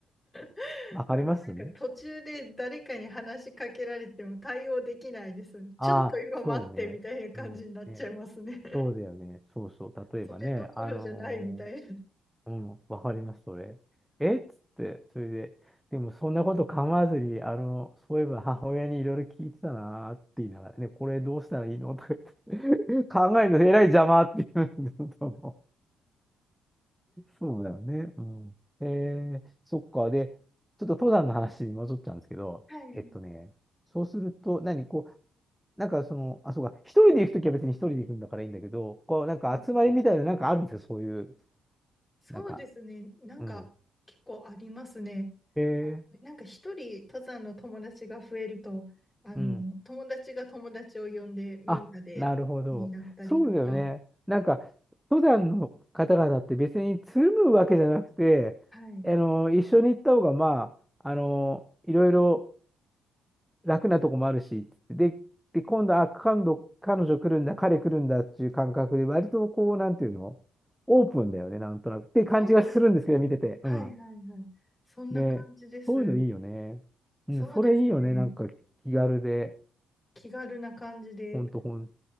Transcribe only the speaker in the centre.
わかりますああ、
そうね。うん。ね、そうだよね。そうそう。例えばね、
あのーうん、わかります、それ。えっつって、それで、でもそんなこと構わずに、あの、そういえば母親にいろいろ聞いてたなーって言いながら、ね、これどうしたらいいのとか言って、<laughs> 考えるとえらい邪魔って言うんだんそうだよね。うん。えー、そっか。で、ちょっと登山の話に戻っちゃうんですけど、
えっとね、そうすると、何、こう、なんかその、あ、そうか、一人で行くときは別に一人で行くんだからいいんだけど、こう、なんか集まりみたいな、
なんかあるんですよ、そういう、
なんか、
うん。えー
うん。
あ、なるほど。そうだよね。なんか、登山の方々って別につるむわけじゃなくて、
あの、一緒に行った方が、まあ、あの、いろいろ楽なとこもあるし、で、で、今度、あ、今度、彼女来るんだ、彼来るんだっていう感覚で、割とこう、なんていうのオープンだよね、なんとなく。って感じがするんですけど、
見てて。
うん。
ね、そういうのいいよね。うん、
それいいよね、なんか気軽で。
ほんと、ほん